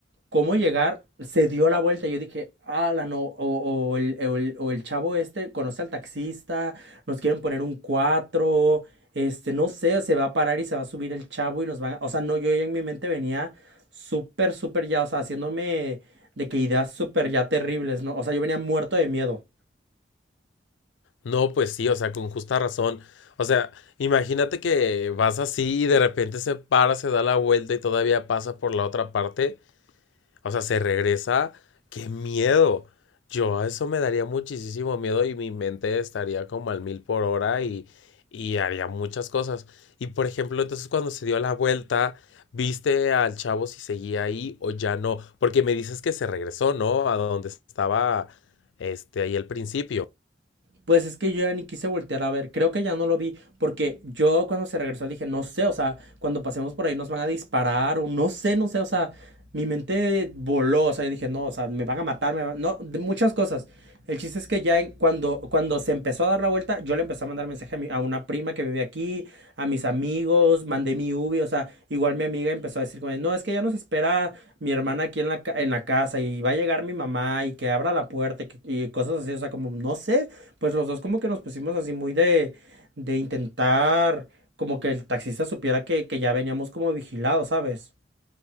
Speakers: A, on the right; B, on the left.
A: cómo llegar, se dio la vuelta. y Yo dije, ala, no, o, o el, o el- o el chavo este conoce al taxista, nos quieren poner un 4 este, no sé, se va a parar y se va a subir el chavo y nos van a... O sea, no, yo ya en mi mente venía súper, súper ya, o sea, haciéndome de que ideas súper ya terribles, ¿no? O sea, yo venía muerto de miedo.
B: No, pues sí, o sea, con justa razón. O sea, imagínate que vas así y de repente se para, se da la vuelta y todavía pasa por la otra parte. O sea, se regresa. ¡Qué miedo! Yo a eso me daría muchísimo miedo y mi mente estaría como al mil por hora y, y haría muchas cosas. Y por ejemplo, entonces cuando se dio la vuelta, ¿viste al chavo si seguía ahí o ya no? Porque me dices que se regresó, ¿no? A donde estaba este ahí al principio.
A: Pues es que yo ya ni quise voltear a ver, creo que ya no lo vi, porque yo cuando se regresó dije, no sé, o sea, cuando pasemos por ahí nos van a disparar, o no sé, no sé, o sea, mi mente voló, o sea, yo dije, no, o sea, me van a matar, me van- no, de muchas cosas. El chiste es que ya en- cuando, cuando se empezó a dar la vuelta, yo le empecé a mandar mensaje a, mi- a una prima que vive aquí, a mis amigos, mandé mi ubi, o sea, igual mi amiga empezó a decir como, no, es que ya nos espera mi hermana aquí en la, en la casa y va a llegar mi mamá y que abra la puerta y, y cosas así, o sea, como, no sé, pues los dos como que nos pusimos así muy de, de intentar como que el taxista supiera que, que ya veníamos como vigilados, ¿sabes?